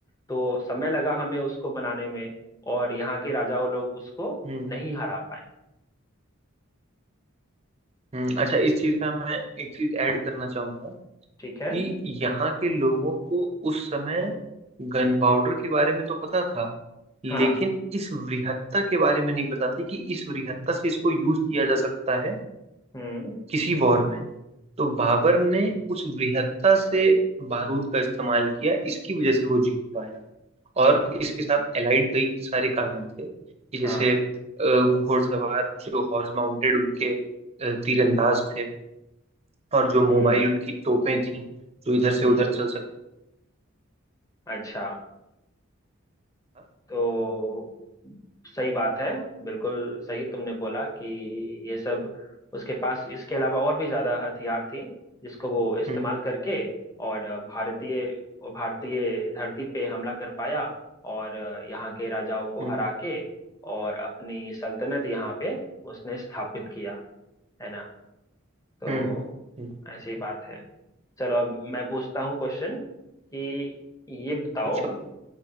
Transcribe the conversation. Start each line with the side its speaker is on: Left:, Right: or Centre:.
Left: तो समय लगा हमें उसको बनाने में और यहाँ के राजाओं लोग उसको
Right: हम्म
Left: नहीं हरा पाए
Right: हम्म। अच्छा इस चीज पे मैं एक चीज ऐड करना चाहूंगा
Left: ठीक है
Right: कि यहाँ के लोगों को उस समय गन पाउडर के बारे में तो पता था लेकिन
Left: हाँ
Right: इस वृहत्ता के बारे में नहीं पता था कि इस वृहत्ता से इसको यूज किया जा सकता है
Left: हम्म
Right: किसी वॉर में तो बाबर ने उस वृहत्ता से बारूद का इस्तेमाल किया इसकी वजह से वो जीत पाया और इसके साथ एलाइड कई सारे कारण थे कि जैसे
Left: हाँ
Right: अ, घुड़सवार जो हॉर्स माउंटेड उनके अ, तीरंदाज थे और जो
Left: हम्म
Right: मोबाइल उनकी तोपें थीं जो इधर
Left: हम्म
Right: से उधर चल सकता
Left: अच्छा
Right: था
Left: तो सही बात है बिल्कुल सही तुमने बोला कि ये सब उसके पास इसके अलावा और भी ज्यादा हथियार थी जिसको वो इस्तेमाल
Right: हम्म
Left: करके और भारतीय और भारतीय धरती पे हमला कर पाया और यहाँ के राजाओं को
Right: हम्म
Left: हरा के और अपनी सल्तनत यहाँ पे उसने स्थापित किया है ना तो
Right: हम्म हम्म
Left: ऐसी बात है चलो अब मैं पूछता हूँ क्वेश्चन कि ये बताओ
Right: पूछो